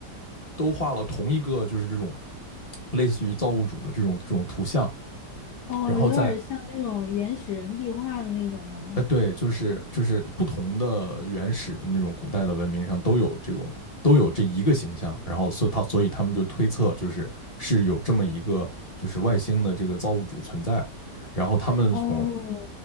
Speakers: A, on the left; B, on the left.
A: 都画了同一个就是这种类似于造物主的这种这种图像，
B: 哦，
A: 然后在
B: 有点像那种原始人壁画的那种吗？
A: 呃，对，就是就是不同的原始的那种古代的文明上都有这种都有这一个形象，然后所以他所以他们就推测就是是有这么一个就是外星的这个造物主存在，然后他们从
B: 哦，